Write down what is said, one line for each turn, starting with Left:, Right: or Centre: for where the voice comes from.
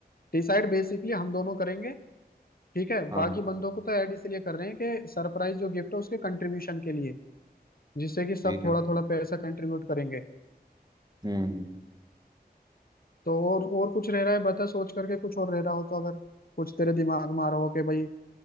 Left: डिसाइड बेसिकली हम दोनों करेंगे ठीक है
Right: हाँ
Left: बाकी
Right: हाँ
Left: बंदों को तो ऐड इसलिए कर रहे हैं कि सरप्राइज जो गिफ्ट है उसके कंट्रीब्यूशन के लिए जिससे कि सब
Right: ठीक है
Left: थोड़ा थोड़ा पैसा कंट्रीब्यूट करेंगे
Right: हम्म
Left: तो और और कुछ रह रहा है बता सोच करके कुछ और रह रहा हो तो अगर कुछ तेरे दिमाग में आ रहा हो कि भाई